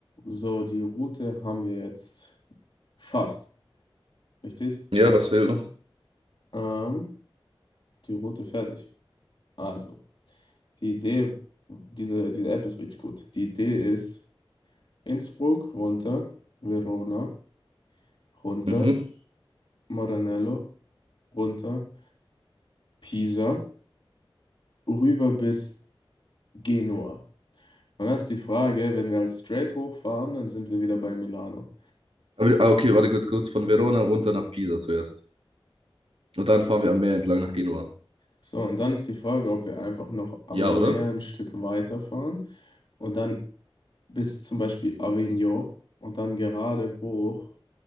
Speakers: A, on the left (about 60°); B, on the right (about 80°).
A: So, die Route haben wir jetzt fast, richtig?
B: Ja, was fehlt noch?
A: Ähm, die Route fertig. Also, die Idee, diese, diese App ist richtig gut. Die Idee ist Innsbruck runter, Verona runter,
B: Mhm.
A: Maranello runter, Pisa, rüber bis Genua. Und dann ist die Frage, wenn wir als straight hochfahren, dann sind wir wieder bei Milano.
B: Aber, wir- ah, okay, warte kurz, kurz. Von Verona runter nach Pisa zuerst. Und dann fahren wir am Meer entlang nach Genua.
A: So, und dann ist die Frage, ob wir einfach noch am
B: Ja, oder?
A: Meer ein Stück weiterfahren und dann bis zum Beispiel Avignon und dann gerade hoch